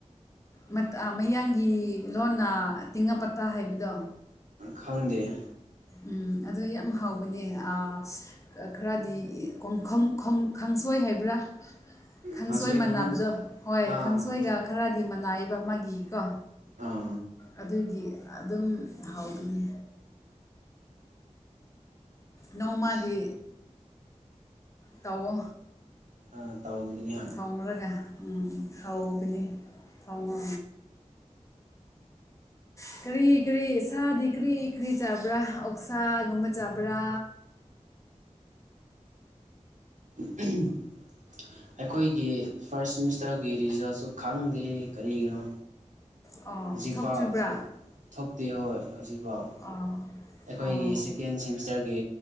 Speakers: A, on the left (about 25°); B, on the right (about 80°).
A: ꯃꯠ ꯑ ꯃꯌꯥꯡꯒꯤ ꯂꯣꯟꯅ ꯇꯤꯡꯉꯥ ꯄꯇꯥ ꯍꯥꯏꯕꯗꯣ
B: ꯈꯪꯗꯦ
A: ꯎꯝ ꯑꯗꯨ ꯌꯥꯝ ꯍꯥꯎꯕꯅꯦ ꯑ ꯈꯔꯗꯤ ꯈꯪ ꯈꯪ ꯈꯪ ꯈꯪꯁꯣꯏ ꯍꯥꯏꯕ꯭ꯔꯥ ꯈꯪꯁꯣꯏ
B: ꯀꯥꯡꯁꯣꯏ
A: ꯃꯥꯟꯅꯕꯗꯣ
B: ꯈꯪ
A: ꯍꯣꯏ
B: ꯑꯥ
A: ꯈꯪꯁꯣꯏꯒ ꯈꯔꯗꯤ ꯃꯅꯥꯏꯌꯦꯕ ꯃꯥꯒꯤ ꯀꯣ
B: ꯑꯥ
A: ꯑꯗꯨꯒꯤ ꯑꯗꯨꯝ ꯍꯥꯎꯕꯅꯤ ꯅꯣꯡꯃꯗꯤ ꯇꯧꯋꯣ
B: ꯑꯥ ꯇꯧꯕꯗꯤꯅꯤ
A: ꯊꯣꯡꯔꯒ ꯎꯝ ꯍꯥꯎꯕꯅꯤ ꯊꯣꯡꯉꯣ <unintelligible> ꯀꯔꯤ ꯀꯔꯤ ꯁꯥꯗꯤ ꯀ꯭ꯔꯤ ꯀ꯭ꯔꯤ ꯆꯥꯕ꯭ꯔꯥ ꯑꯣꯛꯁꯥꯒꯨꯝꯕ ꯆꯥꯕ꯭ꯔꯥ
B: <unintelligible> ꯑꯩꯈꯣꯏꯒꯤ ꯐꯥꯔ꯭ꯁ ꯁꯤꯃꯤꯁꯇꯔꯒꯤ ꯔꯤꯖꯜꯠꯁꯨ ꯈꯪꯗꯦ ꯀꯔꯤꯒꯤꯅꯣ?
A: ꯑꯣ
B: ꯍꯧꯖꯤꯛꯐꯥꯎ
A: ꯊꯣꯛꯇ꯭ꯔꯤꯕ꯭ꯔꯥ
B: ꯊꯣꯛꯇꯦ ꯍꯣꯏ ꯍꯧꯖꯤꯛ ꯑꯣꯕꯣ
A: ꯑꯣ
B: ꯑꯩꯈꯣꯏꯒꯤ
A: ꯑꯣ
B: ꯁꯦꯀꯦꯟ ꯁꯦꯃꯤꯁꯇꯔꯒꯤ